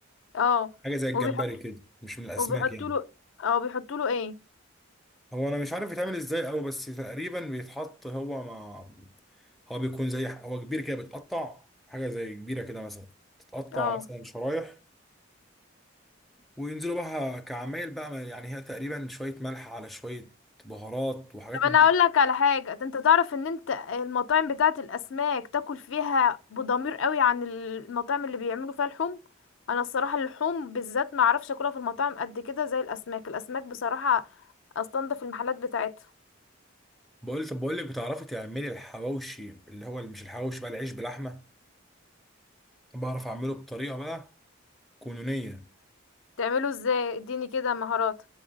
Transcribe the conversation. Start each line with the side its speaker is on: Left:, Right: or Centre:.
Left: اه
Centre: حاجه زي الجمبري
Left: وبيحط
Centre: كده مش من الاسماك
Left: وبيحطوا
Centre: يعني
Left: له اه بيحطوا له ايه
Centre: هو انا مش عارف يتعمل ازاي قوي بس تقريبا بيتحط هو مع هو بيكون زي هو كبير كده بيتقطع حاجه زي كبيره كده مثلا تتقطع
Left: اه
Centre: مثلا شرايح وينزلوا بقى كعمايل بقى ما- يعني هي تقريبا شوية ملح على شوية بهارات وحاجات
Left: طب انا
Centre: من دي
Left: اقول لك على حاجه انت تعرف ان انت المطاعم بتاعه الاسماك تاكل فيها بضمير قوي عن المطاعم اللي بيعملوا فيها لحوم انا الصراحه اللحوم بالذات ما اعرفش اكلها في المطاعم قد كده زي الاسماك الاسماك بصراحه استنضف المحلات بتاعتها
Centre: بقول طب بقول لك بتعرفي تعملي الحواوشي اللي هو مش الحواوشي بقى العيش بلحمة بعرف أعمله بطريقة بقى كونونية
Left: تعمله ازاي اديني كده مهارات